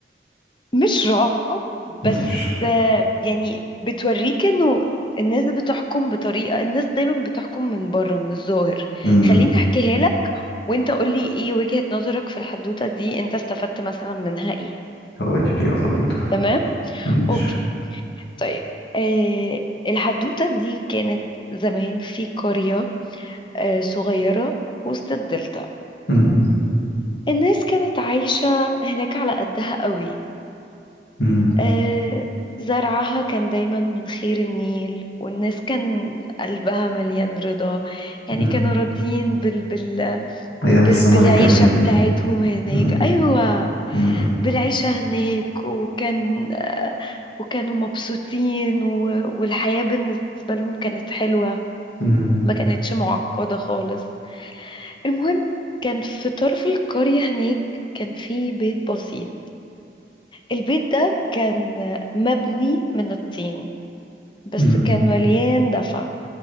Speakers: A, on the left; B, on the left.
A: مش رعب بس
B: ماشي
A: آه، يعني بتوريك انه الناس بتحكم بطريقة الناس دايما بتحكم من بره من الظاهر
B: أمم،
A: خليني احكيها لك وانت قولي ايه وجهة نظرك في الحدوتة دي انت استفدت مثلا منها ايه
B: طيب يلا بينا
A: تمام
B: ماشي
A: اوكي طيب آه الحدوتة دي كانت زمان في قرية آه، صغيرة وسط الدلتا
B: أمم،
A: الناس كانت عايشة هناك على قدها قوي
B: أمم،
A: آه، زرعها كان دايما من خير النيل والناس كان قلبها مليان رضا يعني
B: أمم.
A: كانوا راضيين بال... بال...
B: أيام
A: بال...
B: الزمن
A: بالعيشة
B: الجميل
A: بتاعتهم
B: دي
A: هناك
B: أمم،
A: أيوة
B: أمم،
A: بالعيشة هناك وكان آه، وكانوا مبسوطين و... والحياة بالنسبة لهم كانت حلوة
B: أمم،
A: ما كانتش معقدة خالص المهم كان في طرف القرية هناك كان في بيت بسيط البيت ده كان مبني من الطين بس
B: أمم،
A: كان مليان دفع